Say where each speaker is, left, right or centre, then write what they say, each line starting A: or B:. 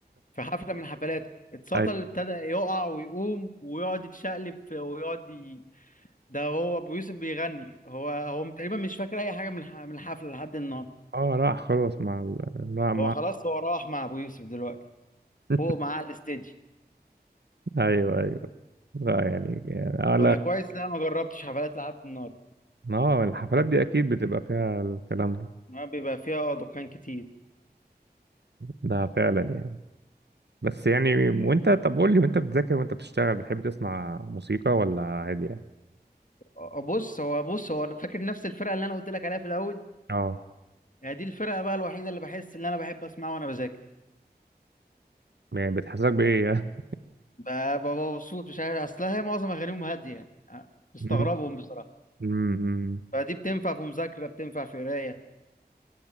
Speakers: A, on the left; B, on the right.
A: في حفله من الحفلات اتسطل
B: أيوة.
A: ابتدى يقع ويقوم ويقعد يتشقلب في- ويقعد ي... ده هو ابو يوسف بيغني هو هو تقريبا مش فاكر اي حاجه من الح- من الحفله لحد النهارده
B: اه راح خلاص مع ال... مع مع
A: هو خلاص هو راح مع ابو يوسف دلوقتي
B: <laughs>
A: فوق معاه على الستيج
B: ايوه ايوه لا يعني يعني اه لا
A: فانا كويس لا ما جربتش حفلات لحد النهارده
B: اه الحفلات دي اكيد بتبقى فيها الكلام ده
A: ما بيبقى فيها دخان كتير
B: ده فعلا يعني بس يعني وانت طب قول لي وانت بتذاكر وانت بتشتغل بتحب تسمع موسيقى ولا عادي يعني
A: آه، بص هو بص هو انا فاكر نفس الفرقه اللي انا قلت لك عليها في الاول
B: اه
A: هي دي الفرقه بقى الوحيده اللي بحس ان انا بحب اسمعها وانا بذاكر
B: يعني بتحسسك بايه يعني
A: ب- ببقى مبسوط مش عارف اصلها هي معظم اغانيهم هاديه يعني أه، بستغربهم
B: مم.
A: بصراحه
B: <laughs> مم.
A: فدي بتنفع في مذاكره بتنفع في قرايه